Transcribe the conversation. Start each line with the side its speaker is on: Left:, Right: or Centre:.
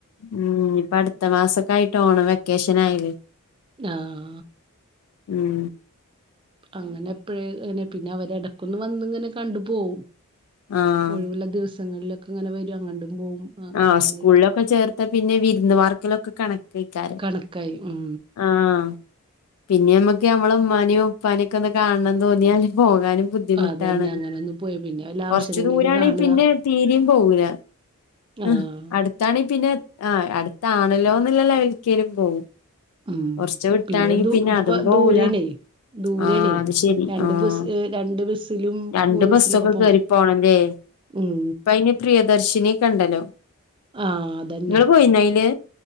Left: ഉം ഇഞ്ഞിപ്പൊ അടുത്ത മാസക്കെ ആയിട്ട് ഓണം വെക്കേഷന് ആയിലെ
Right: ആഹ്
Left: ഉം
Right: അങ്ങനെ എപ്പയെ പിന്നെ അവരടക്കൊന്ന് വന്ന് ഇങ്ങനെ കണ്ടു പോവും
Left: ആഹ്
Right: ഒഴിവുള്ള ദിവസങ്ങളിലൊക്കെ ഇങ്ങനെ വരും അങ്ങട്ട് പോവും ആ,
Left: ആഹ്
Right: അങ്ങനായിട്ട്
Left: സ്കൂൾലൊക്കെ ചേർത്ത പിന്നെ വിരുന്ന് വാർക്കലൊക്കെ കണക്കെക്കാരം
Right: കണക്കായി ഉം
Left: ആഹ്. പിന്നെ നമ്മക്ക് നമ്മളെ ഉമ്മാനിം ഉപ്പാനൊക്കെ ഒന്ന് കാൺണം തോന്നിയാല് പോകാനും ബുദ്ധി ബുദ്ധിമുട്ടാണ്
Right: അതന്നെ അങ്ങനെ ഒന്ന് പോയി പിന്നെ വല്ല ആവശ്യങ്ങളേന്ന്
Left: കൊർച്ചു ദൂരണെങ്കി
Right: കാണുക
Left: പിന്നെ തീരിം പോവൂല
Right: ആഹ്
Left: ഉം അടുത്താണെങ്കി പിന്നെ ആ അടുത്താണല്ലോ എന്നുള്ള ലെവലിക്കെലും പോവും
Right: ഉം
Left: കൊർച് വിട്ടാണെങ്കി
Right: ദൂ
Left: പിന്നെ
Right: ഇത്
Left: അതും
Right: കൊ-
Left: പോവൂല
Right: ദൂരേണേ ദൂരേണേ
Left: ആ അത് ശരി
Right: രണ്ട്
Left: ആഹ്
Right: ബസ് ഏ, രണ്ട് ബസ്സിലും
Left: രണ്ട്
Right: മൂന്ന്
Left: ബസ്സൊക്കെ
Right: ബസ്സിലൊക്കെ
Left: കേറി പോണം ലെ
Right: ഉം
Left: ഇപ്പയിന് പ്രിയദർശിനിക്കണ്ടല്ലോ
Right: ആഹ് അതന്നെ
Left: ഇങ്ങള് പോയിണയില്